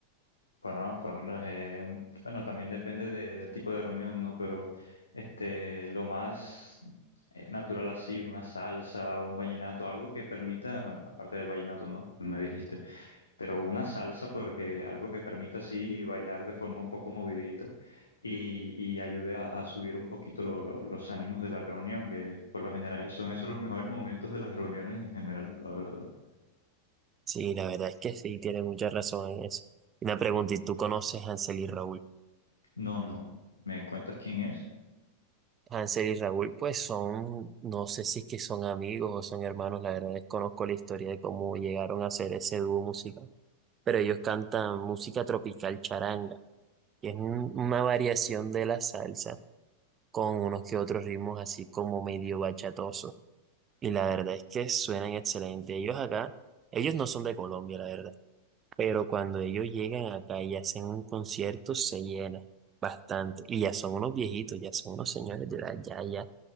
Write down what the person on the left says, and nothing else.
Bueno, por lo menos, eh, un- bueno, también depende de- del tipo de reunión, ¿no? Pero este, lo más eh, natural así, una salsa, un vallenato, algo que permita, bueno, aparte del vallenato, ¿no? Me dijiste, pero una salsa porque algo que permita así bailar de forma un poco movidita y, y ayude a, a subir un poquito lo- lo- los ánimos de la reunión, que por lo general son esos los mejores momentos de las reuniones en general, la verdad.
No, no, ¿me cuentas quién es?